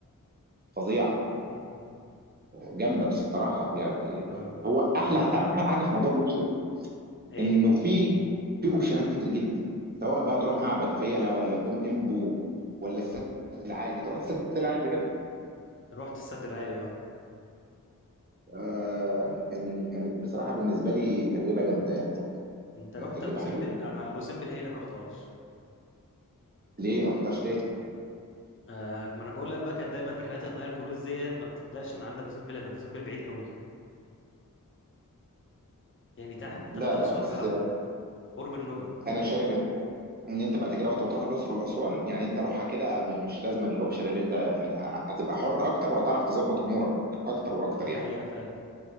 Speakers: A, on the right (about 30°); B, on the left (about 40°).
A: فظيعة
B: مم.
A: جامدة بصراحة يعني
B: اه
A: هو أحلى
B: صراحة
A: هتعرف أحلى حاجة في موضوع الأقصر
B: ايه
A: إنه في في أوبشنات كتير جدا سواء بقى تروح معبد فيلة ولا كوم إمبو ولا السد العالي تروح السد العالي قبل كده؟
B: رحت السد العالي اه
A: آه كان كانت بصراحة بالنسبة لي تجربة جامدة يعني
B: انت رحت
A: كانت تجربة
B: ابو سمبل
A: حلوة
B: انا ابو سمبل هي اللي ما رحتهاش
A: ليه ما رحتهاش ليه؟
B: آه ما انا بقول لك بقى كانت دايما رحلات النايل كروز ديت ما بتبداش من عند ابو سمبل لان ابو سمبل بعيد قوي يعني تحت تحت
A: لا
B: اسوان
A: لا بس
B: بحبة قرب النوبة
A: أنا شايف ان انت بعد كده وقت ما تروح الاقصر واسوان يعني انت روحها كده م- مش لازم الاوبشن اللي انت فيه ده هتبقى حر اكتر وهتعرف تظبط امورك اكتر واكتر
B: دي حقيقة
A: يعني
B: فعلا